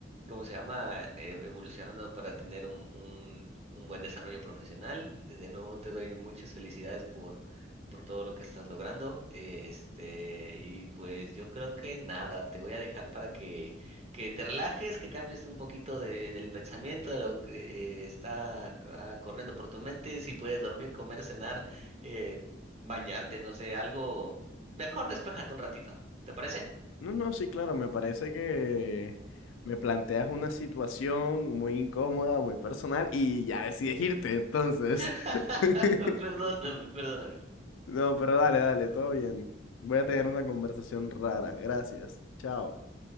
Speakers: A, on the right (about 35°); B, on the left (about 85°).
A: ¿cómo se llama? eh, evolucionando para tener un, un, un buen desarrollo profesional. De de nuevo te doy muchas felicidades por, por todo lo que estás logrando. eh, Este, y pues yo creo que nada, te voy a dejar para que, que te relajes, que cambies un poquito de- del pensamiento, de lo que está ah, corriendo por tu mente. Si puedes dormir, comer, cenar, eh, bañarte, no sé, algo. Mejor despéjate un ratito. ¿Te parece?
B: No, no, sí, claro, me parece que me planteas una situación muy incómoda, muy personal y ya decides irte, entonces.
A: <laughs>
B: <laughs>
A: Perdóname, perdóname.
B: No, pero dale, dale, todo bien. Voy a tener una conversación rara. Gracias. Chao.